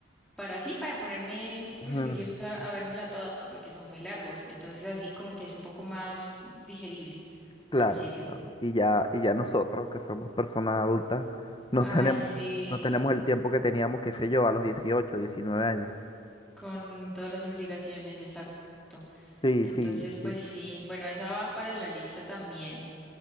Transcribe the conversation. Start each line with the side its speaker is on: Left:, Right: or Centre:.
Centre: para sí, para ponerme
Left: Ujú,
Centre: pues juiciosa a vérmela toda, porque son muy largos, entonces así como que es un poco más digerible,
Left: Claro,
Centre: por así decirlo.
Left: claro. Y ya, y ya nosotros, que somos personas adultas, no
Centre: <laughs> Ay,
Left: tenemos,
Centre: sí,
Left: no tenemos el tiempo que teníamos, qué sé yo, a los 18 19 años.
Centre: con todas las obligaciones, exacto.
Left: Sí,
Centre: Entonces,
Left: sí,
Centre: pues
Left: sí.
Centre: sí, bueno, esa va para la lista también.